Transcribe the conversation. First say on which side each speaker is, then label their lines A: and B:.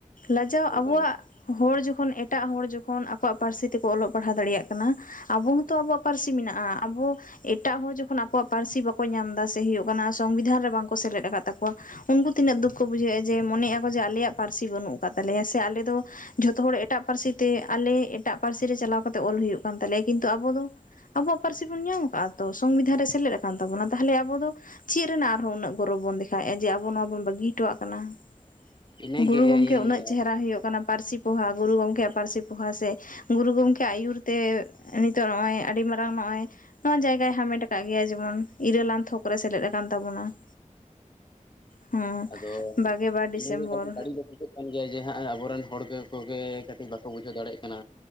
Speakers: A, on the left (about 75°); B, on the left (about 35°).
A: ᱞᱟᱡᱟᱣ ᱟᱵᱚᱣᱟᱜ
B: ᱮᱠᱫᱚᱢ
A: ᱦᱚᱲ ᱡᱚᱠᱷᱚᱱ ᱮᱴᱟᱜ ᱦᱚᱲ ᱡᱚᱠᱷᱚᱱ ᱟᱠᱚᱣᱟᱜ ᱯᱟᱹᱨᱥᱤ ᱛᱮᱠᱚ ᱚᱞᱚᱜ ᱯᱟᱲᱦᱟᱣ ᱫᱟᱲᱮᱭᱟᱜ ᱠᱟᱱᱟ, ᱟᱵᱚ ᱦᱚᱸᱛᱚ ᱟᱵᱚᱣᱟᱜ ᱯᱟᱹᱨᱥᱤ ᱢᱮᱱᱟᱜᱼᱟ, ᱟᱵᱚ ᱮᱴᱟᱜ ᱦᱚᱲ ᱡᱚᱠᱷᱚᱱ ᱟᱠᱚᱣᱟᱜ ᱯᱟᱹᱨᱥᱤ ᱵᱟ ᱠᱚ ᱧᱟᱢ ᱫᱟ ᱥᱮ ᱦᱩᱭᱩᱜ ᱠᱟᱱᱟ ᱥᱚᱝᱵᱤᱫᱷᱟᱱ ᱨᱮ ᱵᱟᱝᱠᱚ ᱥᱮᱞᱮᱫ ᱟᱠᱟᱫ ᱛᱟᱠᱚ ᱩᱱᱠᱩ ᱛᱤᱱᱟᱹᱜ ᱫᱩᱠ ᱠᱚ ᱵᱩᱡᱷᱟᱹᱣᱼᱟ ᱡᱮ ᱢᱚᱱᱮᱜ ᱟᱠ ᱠᱚ ᱡᱮ ᱟᱞᱮᱭᱟᱜ ᱯᱟᱹᱨᱥᱤ ᱵᱟᱹᱱᱩᱜ ᱟᱠᱟᱫ ᱛᱟᱞᱮᱭᱟ ᱥᱮ ᱟᱞᱮ ᱫᱚ, ᱡᱷᱚᱛᱚ ᱦᱚᱲ ᱮᱴᱟᱜ ᱯᱟᱹᱨᱥᱤ ᱛᱮ ᱟᱞᱮ ᱮᱴᱟᱜ ᱯᱟᱹᱨᱥᱤ ᱨᱮ ᱪᱟᱞᱟᱣ ᱠᱟᱛᱮᱜ ᱚᱞ ᱦᱩᱭᱩᱜ ᱠᱟᱱ ᱛᱟᱞᱮᱭᱟ ᱠᱤᱱᱛᱩ ᱟᱵᱚ ᱫᱚ, ᱟᱵᱚᱣᱟᱜ ᱯᱟᱹᱨᱥᱤ ᱵᱚᱱ ᱧᱟᱢ ᱟᱠᱟᱜ ᱛᱚ ᱥᱚᱝᱵᱤᱫᱷᱟᱱ ᱨᱮ ᱥᱮᱞᱮᱫ ᱟᱠᱟᱱ ᱛᱟᱵᱚᱱᱟ ᱛᱟᱦᱚᱞᱮ ᱟᱵᱚ ᱫᱚ, ᱪᱮᱫ ᱨᱮᱱᱟᱜ ᱟᱨᱦᱚᱸ ᱩᱱᱟᱹᱜ ᱜᱚᱨᱚᱵ ᱵᱚᱱ ᱫᱮᱠᱷᱟᱣᱮᱜᱼᱟ ᱡᱮ ᱟᱵᱚ ᱱᱚᱣᱟ ᱵᱚᱱ ᱵᱟᱹᱜᱤ ᱦᱚᱴᱚᱣᱟᱜ ᱠᱟᱱᱟ ᱾
B: ᱤᱱᱟᱹᱜᱮ
A: ᱜᱩᱨᱩ ᱜᱚᱝᱠᱮ
B: ᱤᱧ
A: ᱩᱱᱟᱹᱜ ᱪᱮᱦᱮᱨᱟ ᱦᱩᱭᱩᱜ ᱠᱟᱱᱟ ᱯᱟᱹᱨᱥᱤ ᱯᱚᱦᱟ ᱜᱩᱨᱩ ᱜᱚᱢᱠᱮᱭᱟᱜ ᱯᱟᱹᱨᱥᱤ ᱯᱚᱦᱟ ᱥᱮ ᱜᱩᱨᱩ ᱜᱚᱢᱠᱮ ᱟᱹᱭᱩᱨ ᱛᱮ ᱱᱤᱛᱚᱜ ᱱᱚᱜᱼᱚᱭ ᱟᱹᱰᱤ ᱢᱟᱨᱟᱝ ᱱᱚᱜᱼᱚᱭ ᱱᱚᱣᱟ ᱡᱟᱭᱜᱟᱭ ᱦᱟᱢᱮᱴ ᱟᱠᱟᱜ ᱜᱮᱭᱟ ᱡᱮᱢᱚᱱ ᱤᱨᱟᱹᱞᱟᱱ ᱛᱷᱚᱠ ᱨᱮ ᱥᱮᱞᱮᱫ ᱟᱠᱟᱱ ᱛᱟᱵᱚᱱᱟ ᱾ ᱦᱮᱸ
B: ᱟᱫᱚ ᱵᱟᱠᱷᱟᱱ
A: ᱵᱟᱜᱮ ᱵᱟᱨ ᱰᱤᱥᱮᱢᱵᱚᱨ
B: ᱤᱱᱟᱹᱜᱮ ᱠᱟᱹᱴᱤᱡ ᱵᱟᱹᱲᱤᱡ ᱜᱮ ᱵᱩᱡᱷᱟᱹᱜ ᱠᱟᱱ ᱜᱮᱭᱟ ᱡᱮ ᱦᱟᱸᱜ ᱟᱵᱚᱨᱮᱱ ᱦᱚᱲ ᱠᱚ ᱠᱚᱜᱮ ᱠᱟᱹᱴᱤᱡ ᱵᱟᱠᱚ ᱵᱩᱡᱷᱟᱹᱣ ᱫᱟᱲᱮᱭᱟᱜ ᱠᱟᱱᱟ